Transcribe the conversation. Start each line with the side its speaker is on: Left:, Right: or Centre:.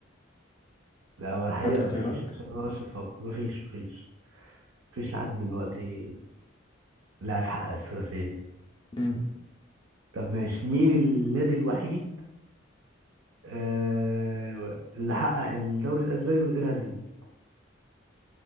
Right: لا هو الحقيقة
Left: هات اختيارات
Right: مفيش عشان ما اقعدش تفكر مفيش مفيش مفيش لحد دلوقتي لاعب حقق الثلاثية دي
Left: مم.
Right: طب ماشي مين النادي الوحيد آه اللي حقق الدوري الأسباني من غير هزيمة